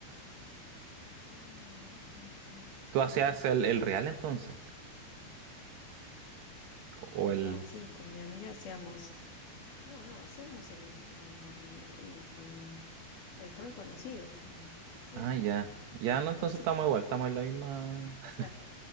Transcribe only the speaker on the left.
Mm, ok, sí,
bueno,
como que...
Ah, sí, con mi amiga hacíamos... No, no, hacíamos el, el, el, el- el rol conocido, con... Sí,
no sé,
qué-
o sea,